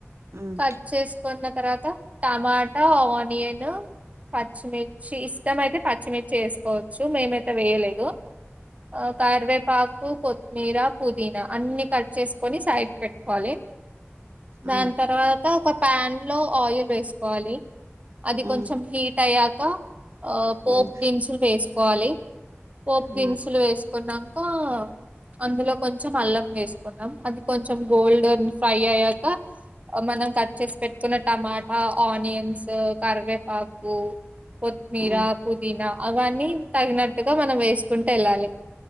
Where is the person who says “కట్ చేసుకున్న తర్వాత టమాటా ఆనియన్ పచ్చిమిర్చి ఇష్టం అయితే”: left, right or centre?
Right